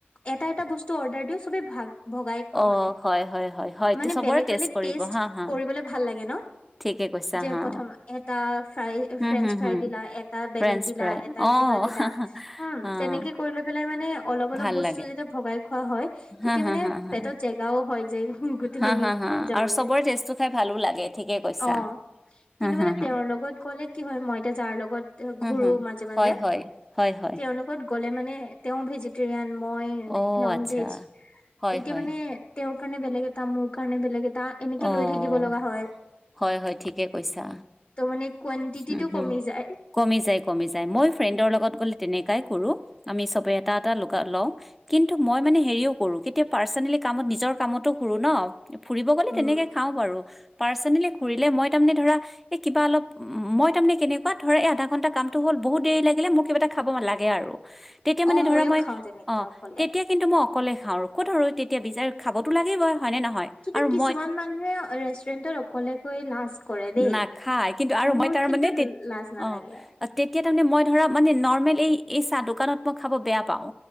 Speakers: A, on the left; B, in the centre.
A: এটা এটা বস্তু অৰ্ডাৰ দিও ছবেই ভাগ ভগাই খাওঁ
B: অ',
A: মানে,
B: হয়, হয়, হয়, হয় এইটো
A: মানে
B: চবৰে
A: বেলেগ
B: টেষ্ট
A: বেলেগ
B: কৰিব
A: টেষ্টত
B: হা, হা।
A: কৰিবলে ভাল লাগে ন'।
B: ঠিকে কৈছা
A: যে
B: হা,
A: প্ৰথম এটা ফ্ৰাই
B: হম,
A: ফ্ৰেঞ্চ
B: হম,
A: ফ্ৰাই
B: হম
A: দিলা এটা বেলেগ
B: ফ্ৰেঞ্চ
A: দিলা
B: ফ্ৰাই
A: তাৰ
B: অ',
A: কিবা দিনা হম
B: অ',
A: তেনেকে কৰি লৈ পেলাই মানে অলপ অলপ
B: ভাল
A: বস্তু
B: লাগে।
A: যেতিয়া ভগাই খোৱা হয় তেতিয়া
B: হা হা
A: মানে
B: হা হা
A: পেটত জেগাও হয় যে গোটেইখিনিত
B: হা হা হা
A: যাবলৈ
B: আৰু চবৰে টেষ্টটো খাই ভালো লাগে ঠিকে কৈছা
A: অ'। কিন্তু
B: হা হা
A: মানে তেওঁৰ
B: হা
A: লগত গ'লে কি হয় মই এতিয়া যাৰ লগত
B: হা
A: ঘূৰো
B: হা
A: মাজে মাজে
B: হয় হয়, হয়।
A: তেওঁলোকত গ'লে মানে তেওঁ ভেজিত ৰিয়ান মই
B: অ'
A: নন
B: আচ্ছা
A: ভেজ
B: হয়
A: এতিয়া
B: হয়
A: মানে তেওঁৰ কাৰণে বেলেগ এটা মোৰ কাৰণে বেলেগ এটা এনেকে
B: অ'
A: লৈ থাকিব লগা হয়।
B: হয় হয় ঠিকে কৈছা
A: ত' মানে কোৱানটিটিটো
B: হুম হুম
A: কমি যায়।
B: কমি যায় কমি যায় মই ফ্ৰেন্দৰ
A: উম
B: লগত গলে তেনেকাই কৰোঁ আমি চবেই এটা এটা লোকা লওঁ। কিন্তু মই মানে হেৰিও কৰোঁ কেতিয়া পাৰ্চনেলি কামত নিজৰ কামতো কৰোঁ ন ফুৰিব গ'লে
A: উম
B: তেনেকে খাওঁ বাৰু পাৰ্চনেলি কৰিলে মই তাৰমানে ধৰা এই কিবা অলপ উম, মই তাৰমানে কেনেকুৱা ধৰ এ আধা ঘন্টা কামটো হ'ল বহুত দেৰি লাগিলে মোৰ কিবা এটা খাব লাগে আৰু। তেতিয়া মানে
A: অ
B: ধৰা
A: মইয়ো
B: মই
A: খাওঁ তেনেকে
B: অ'
A: অকলে
B: তেতিয়া কিন্তু মই অকলে খাওঁ আৰু ক'ত ৰ তেতিয়া বিচাৰ খাবতো লাগেই গই হয়নে নহয়?
A: কিন্তু
B: আৰু
A: কিছুমান
B: মই
A: মানুহে ৰেষ্টুৰেন্টত অকলে গৈ লাজ কৰে দেই।
B: নাখায় কিন্তু আৰু
A: মোৰ
B: মই তাৰমানে
A: কিন্তু
B: তে
A: লাজ নালাগে।
B: অ তেতিয়া মানে মই ধৰা মানে নৰমেলি এই চাহ দোকানক মই চাহ খাব বেয়া পাওঁ।